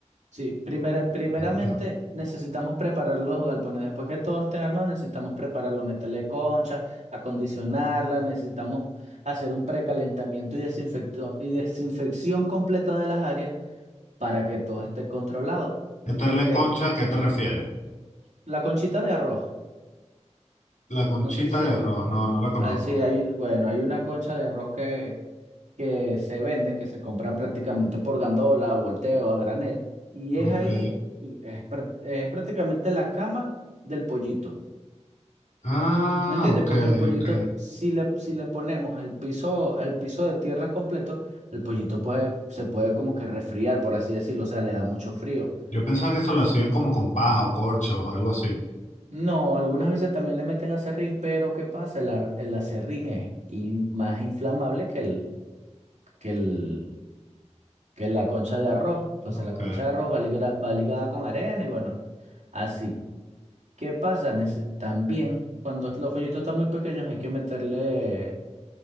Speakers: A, on the right; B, on the left.
A: Sí, primer-
B: <clears throat>
A: primeramente necesitamos preparar los galpones. Después que todos estén armados, necesitamos prepararlo, meterle concha, acondicionarla, necesitamos hacer un precalentamiento y, desinfecto- y desinfección completa de las áreas para que todo esté controlado.
B: Meterle
A: Ok,
B: concha, ¿a qué te refieres?
A: la conchita de arroz,
B: La conchita
A: no sé si se...
B: de arroz, no, no la conozco.
A: Ah, sí, hay, bueno, hay una concha de arroz que, que se venden, que se compra prácticamente por gandola, a volteo, a granel, y
B: Ok.
A: es ahí, y es, prá- es prácticamente la cama del pollito.
B: Ah,
A: ¿Me entiendes?
B: ok,
A: Porque el pollito,
B: ok.
A: si le, si le ponemos el piso, el piso de tierra completo, el pollito puede, se puede como que resfriar, por así decirlo, o sea, le da mucho frío.
B: Yo pensaba que eso lo hacían como con paja o corchos o algo así.
A: No, algunas veces también le meten aserrín, pero ¿qué pasa? El, ar- el aserrín es in- más inflamable que el, que el, que es la concha de arroz. Entonces
B: Ok.
A: la concha de arroz va ligra- va ligada, con arena y bueno, así. ¿Qué pasa? Nece- También cuando los follitos están muy pequeños hay que meterle,